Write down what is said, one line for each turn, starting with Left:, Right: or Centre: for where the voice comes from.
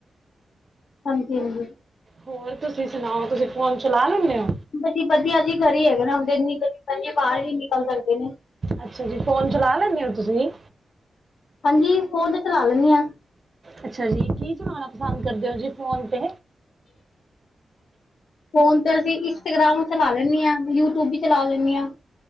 Left: ਹਾਂਜੀ, ਹਾਂਜੀ।
Right: ਹੋਰ, ਤੁਸੀਂ ਸੁਣਾਓ। ਤੁਸੀਂ ਫੋਨ ਚਲਾ ਲੈਂਦੇ ਹੋ?
Left: ਹਾਂਜੀ, ਵਧੀਆ ਜੀ। ਘਰ ਹੀ ਹੈਗੇ ਨਾ ਹੁੰਦੇ ਨਿਕਲ? ਹਾਂਜੀ, ਬਾਹਰ ਵੀ ਨਿਕਲ ਸਕਦੇ ਨੇ।
Right: ਅੱਛਾ ਜੀ, ਫੋਨ ਚਲਾ ਲੈਂਦੇ ਹੋ ਤੁਸੀਂ।
Left: ਹਾਂਜੀ ਫੋਨ ਤੇ ਚਲਾ ਲੈਣੀ ਆ
Right: ਅੱਛਾ ਜੀ, ਕੀ? ਸੁਣਾਉਣਾ ਪਸੰਦ ਕਰਦੇ ਹੋ ਜੀ, ਫੋਨ 'ਤੇ?
Left: ਫੋਨ ਅਸੀਂ ਇੰਸਟਾਗ੍ਰਾਮ ਚਲਾ ਲੈਂਦੇ ਹਾਂ, ਯੂਟਿਊਬ ਵੀ ਚਲਾ ਲੈਂਦੇ ਹਾਂ।